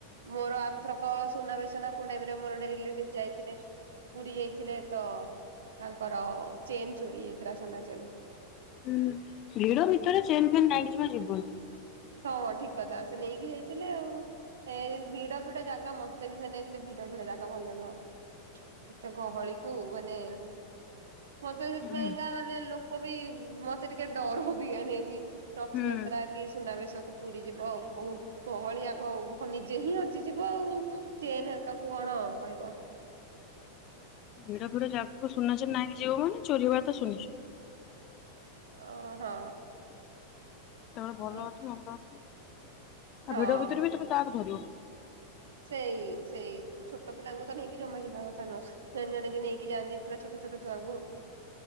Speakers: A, on the right; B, on the left.
A: ମୋର ଆର ଥରକ ସୁନାବେଶ ନା କୋଉ ଟାଇମ୍ ରେ ମୋର ଗୋଟେ ରିଲେଟିଭ୍ ଯାଇଥିଲେ? ପୁରୀ ଯାଇଥିଲେ ତ ତାଙ୍କର ଚେନ୍ ଚୋରି ହେଇଥିଲା ସୁନା ଚେନ୍।
B: ହୁଁ ଭିଡ ଭିତରେ ଚେନ୍ ଫେନ୍ ନାଇଁକି ଜମା ଯିବନି।
A: ହଁ ଠିକ୍ କଥା ସେ ନେଇକି ଯାଇଥିଲେ ଆଉ। ଏ ଭିଡ ଭିଡ ଜାଗା ମତେ ବି ମାନେ ଏତେ ଭିଡ ଭିଡ ଜାଗା ଭଲ ନୁହଁ। ଏତେ ଗହଳିକୁ ମାନେ ମତେ ସେଥିପାଇଁକା
B: ହୁଁ
A: ମାନେ ଲୋକ ବି ମତେ ଟିକେ ଡର ବି ମାନେ ଏମିତି ରଥଯାତ୍ରା
B: ହୁଁ।
A: କି ଶକୁ ପୁରୀ ଯିବ ଅଉ ବହୁତ୍ ଗହଳି ଆଗ ନିଜେ ହିଁ ହଜିଯିବ ଆଉ। ଚେନ୍ ହେରିକାକୁ କଣ କହିବ?
B: ଭିଡ ଫିଡ ଜାଗାକୁ ସୁୁନା ଚେନ୍ ନାଇଁକି ଯିବ ମାନେ ଚୋରି ହବାତ ସୁନିଶ୍ଚି
A: ଓ ହଁ।
B: ସେତବେଳେ ଭଲ
A: ଅ
B: ଅଛି ମନ୍ଦ ଅଛି
A: ହଁ
B: ଆ ଭିଡ ଭିତରେ ବି ତମେ କାହାକୁ ଧରିବ?
A: ସେଇ ସେଇ ତୁ ଛୋଟ ପିଲାଙ୍କୁ ତ ନେଇକି ଜମା ଯିବା କଥା ନୁହଁ। ଜଣେ ଜଣେ ଯିଏ ନେଇକି ଯାଆନ୍ତି ପୁରା ଛୋଟ ଛୋଟ ଛୁଆଙ୍କୁ